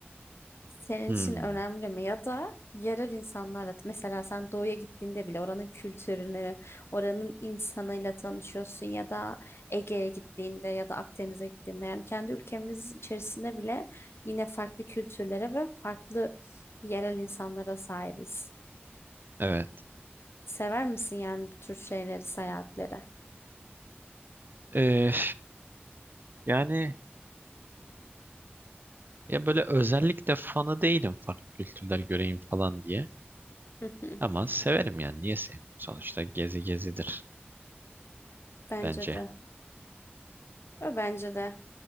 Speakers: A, on the left; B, on the right.
A: senin
B: Hmm.
A: için önemli mi? Ya da yerel insanlarla mesela sen doğuya gittiğinde bile oranın kültürünü, oranın insanıyla tanışıyorsun ya da Ege'ye gittiğinde ya da Akdeniz'e gittiğinde yani kendi ülkemiz içerisinde bile yine farklı kültürlere ve farklı yerel insanlara sahibiz.
B: Evet.
A: Sever misin yani bu tür şeyleri, seyahatlere?
B: Ee, yani ya böyle özellikle fanı değilim farklı kültürler göreyim falan diye.
A: Hı hı.
B: Ama severim yani niye sevmeyeyim? Sonuçta gezi gezidir
A: Bence
B: bence.
A: de. Ve bence de.